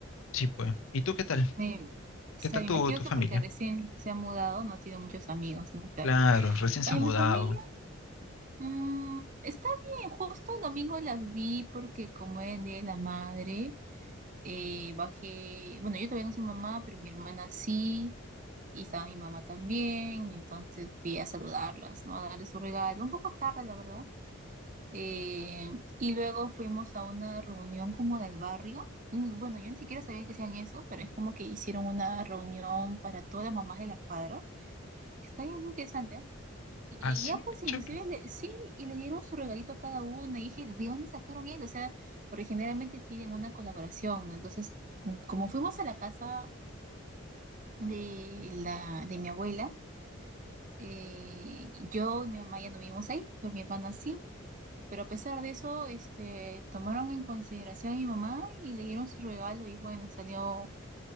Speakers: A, on the left (about 75°); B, on the right (about 35°).
A: sí, pues. ¿Y tú qué tal?
B: me, o
A: ¿Qué
B: sea,
A: tal
B: me
A: tu,
B: imagino
A: tu
B: que
A: familia?
B: porque recién se ha mudado no tiene muchos amigos, ¿no? Claro.
A: Claro, recién
B: Ay,
A: se ha mudado.
B: mi familia, mm, está bien. Justo el domingo las vi porque como es el Día de la madre, eh, bajé, bueno, yo todavía no soy mamá, pero mi hermana sí. y estaba mi mamá también, entonces fui a saludarlas, ¿no? A darle su regalo, un poco tarde, la verdad. Eh, y luego fuimos a una reunión como del barrio. Mm, Bueno, yo ni siquiera sabía que hacían eso, pero es como que hicieron una reunión para todas las mamás de la cuadra, que está bien interesante, ¿ah? Y
A: Ah, sí,
B: ya pues
A: qué
B: inclusive
A: chévere.
B: le- sí, y les dieron su regalito a cada una, y dije, ¿de dónde sacaron eso? O sea, porque generalmente piden una colaboración, ¿no? Entonces, mm, como fuimos a la casa de la, de mi abuela, Eh, yo y mi mamá ya no vivimos ahí, pero mi hermana sí. Pero a pesar de eso, este, tomaron en consideración a mi mamá y le dieron su regalo y bueno, salió,